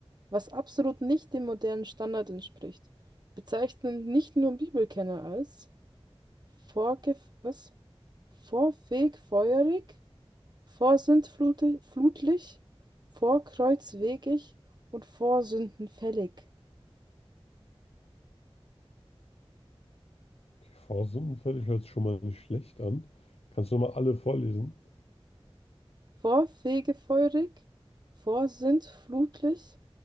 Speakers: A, on the right (about 45°); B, on the left (about 80°).
A: was absolut nicht dem modernen Standard entspricht, bezeichnen nicht nur Bibelkenner als vorgef was? vorfegfeuerig, vorsintflutlich, vorkreuzwegig und vorsündenfällig.
B: okay, v fällig hört sich schon mal nicht schlecht an. Kannst du noch mal alle vorlesen?
A: Vorfegefeuerig, vorsintflutlich,